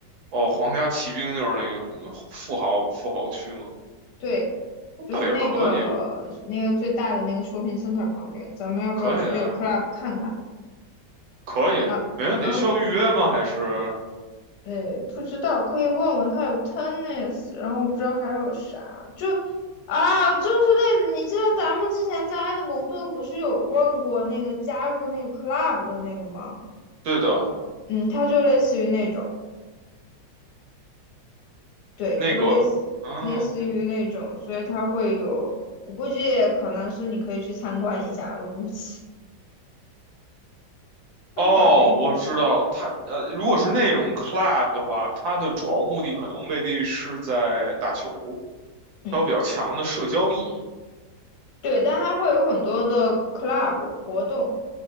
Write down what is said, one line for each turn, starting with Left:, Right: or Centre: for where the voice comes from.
Right: 哦，皇家骑兵就是那个什么富豪富豪区吗？
Left: 对，就是那个那个最大的那个
Right: 倒也可以，
Left: shopping center 旁边。咱们要不要去这个
Right: 可以啊，
Left: club 看看？
Right: 可以，
Left: 然后，
Right: 没问题。
Left: 然后，
Right: 需要预约吗？还是
Left: 对，不知道，可以问问他有 tennis，然后我不知道还有啥，就啊，就是那，你记得咱们之前在埃德蒙顿不是有问过那个加入那个 club 的那个吗？
Right: 对的。
Left: 嗯，它就类似于那种。对，
Right: 那个，
Left: 就类似类似于那种，
Right: 嗯，
Left: 所以它会有，我估计可能是你可以去参观一下，我估计，但感觉，
Right: 哦，我知道，它呃，如果是那种 club 的话，它的主要目的可能未必是在打球，
Left: 嗯，
Right: 它有比较强的社交意义。
Left: 对，但它会有很多的 club 活动，